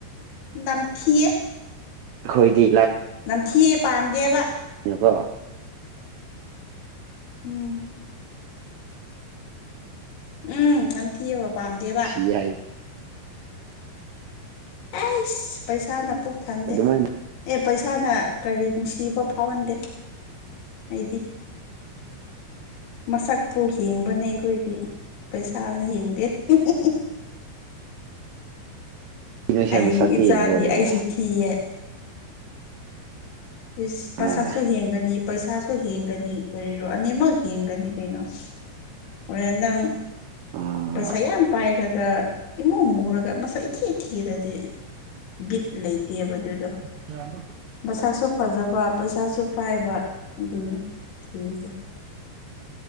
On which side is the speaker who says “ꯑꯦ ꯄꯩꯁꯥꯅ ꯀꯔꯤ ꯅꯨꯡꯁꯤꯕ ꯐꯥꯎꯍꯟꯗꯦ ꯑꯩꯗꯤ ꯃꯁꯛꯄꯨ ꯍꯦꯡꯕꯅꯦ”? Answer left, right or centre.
Left